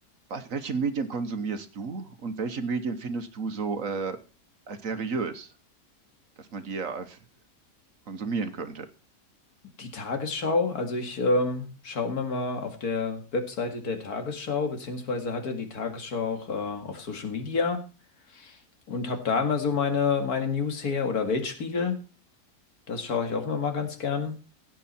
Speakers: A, on the right; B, on the left.
A: was, welche Medien konsumierst du und welche Medien findest du so äh, als seriös, dass man die ja als konsumieren könnte?
B: Die Tagesschau, also ich ähm, schaue mir mal auf der Webseite der Tagesschau, beziehungsweise hatte die Tagesschau auch äh, auf Social Media. und habe da immer so meine, meine News her oder Weltspiegel. Das schaue ich auch immer mal ganz gern.